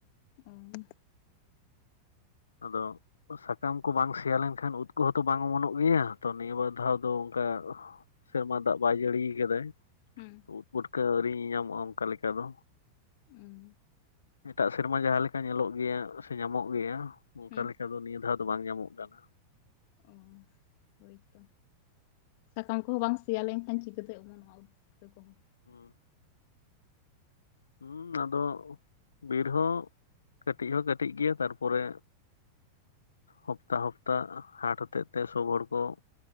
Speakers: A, on the left; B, on the left.
A: ᱚ <unintelligible>
B: ᱟᱫᱚᱼᱼ ᱥᱟᱠᱟᱢ ᱠᱚ ᱵᱟᱝ ᱥᱮᱭᱟ ᱞᱮᱱᱠᱷᱟᱱ ᱩᱫ ᱠᱚᱦᱚᱸᱛᱚ ᱵᱟᱝ ᱚᱢᱚᱱᱚᱜ ᱜᱮᱭᱟ ᱛᱚ ᱱᱤᱭᱟᱹ ᱵᱟᱨ ᱫᱷᱟᱣ ᱫᱚ ᱚᱱᱠᱟᱼᱼ ᱥᱮᱨᱢᱟ ᱫᱟ ᱵᱟᱭ ᱡᱟᱹᱲᱤᱭᱟ ᱠᱟᱫᱟᱭ᱾
A: ᱦᱩᱸ᱾
B: ᱩᱫ ᱯᱩᱴᱠᱟ ᱟᱹᱣᱨᱤ ᱧᱟᱢᱚᱜᱼᱟ ᱚᱱᱠᱟ ᱞᱮᱠᱟ ᱫᱚ᱾
A: ᱩᱸ
B: ᱮᱴᱟᱜ ᱥᱮᱨᱢᱟ ᱡᱟᱦᱟᱸᱞ ᱞᱮᱠᱟ ᱧᱮᱞᱚᱜ ᱜᱮᱭᱟ ᱥᱮ ᱧᱟᱢᱚᱜ ᱜᱮᱭᱟ ᱚᱱᱠᱟ
A: ᱦᱩᱸ
B: ᱞᱮᱠᱟ ᱫᱚ ᱱᱤᱭᱟᱹ ᱫᱷᱟᱣᱼᱼ ᱫᱚ ᱵᱟᱝ ᱧᱟᱢᱚᱜ ᱠᱟᱱᱟ᱾
A: ᱚ ᱦᱳᱭᱛᱚ ᱥᱟᱠᱟᱢ ᱠᱚᱦᱚᱸ ᱵᱟᱝᱼᱼ ᱥᱮᱭᱟ ᱞᱮᱱᱠᱷᱟᱱ ᱪᱤᱠᱟᱹᱛᱮ ᱚᱢᱚᱱᱼᱟ ᱱᱚᱣᱟ ᱩᱫ ᱠᱚᱦᱚᱸ᱾
B: ᱦᱩᱸ ᱦᱩᱸ ᱟᱫᱚ ᱵᱤᱨ ᱦᱚᱸ ᱠᱟᱹᱴᱤᱡ ᱦᱚᱸ ᱠᱟᱹᱴᱤᱡ ᱜᱮᱭᱟ ᱛᱟᱨᱯᱚᱨᱮᱼᱼ ᱦᱚᱯᱛᱟ ᱦᱟᱯᱛᱟ ᱦᱟᱴ ᱦᱚᱛᱮᱫ ᱛᱮ ᱥᱳᱚᱵ ᱦᱚᱲ ᱠᱚᱼᱼ